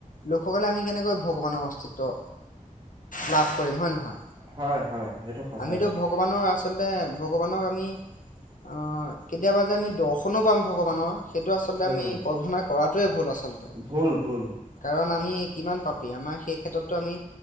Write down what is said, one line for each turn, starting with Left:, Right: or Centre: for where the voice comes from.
Left: লোকসকলে আমি কেনেকৈ ভগৱানৰ, অস্তিত্ব। লাভ কৰিম হয়ে নহয়।
Right: হয় হয় সেইটো সঁচা
Left: আমিতো
Right: কথা
Left: ভগৱানৰ, আচ আচলতে ভগৱানক, আমি অ কেতিয়াবা যে আমি দৰ্শনো পাম ভগৱানৰ। সেইটো আচলতে
Right: উম
Left: আমি কল্পনা কৰাটোৱে ভুল আচলতে
Right: ভুল ভুল
Left: কাৰণ আমি কিমান পাপী, আমাৰ সেই ক্ষেত্ৰতো আমি।